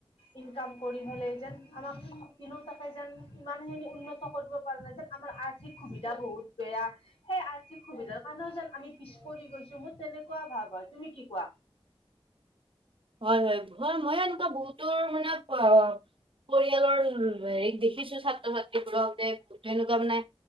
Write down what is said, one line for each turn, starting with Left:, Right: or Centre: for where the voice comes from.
Left: ইনকাম কৰি পেলাই যেন আমাক তিনিওটাকে যেন ইমানখিনি উন্নত কৰিব পৰা নাই যেন আমাৰ আৰ্থিক সুবিধা বহুত বেয়া। সেই আৰ্থিক সুবিধাৰ কাৰানেও যেন আমি পিছ পৰি গৈছো মোৰ তেনেকুৱা ভাৱ হয়, তুমি কি কোৱা?
Right: হয় হয় হয় ময়ো এনেকা বহুত তোৰ মানে অ পৰিয়ালৰ হেৰি দেখিছো ছাত্ৰ ছাত, তে তেনেকুৱা মানে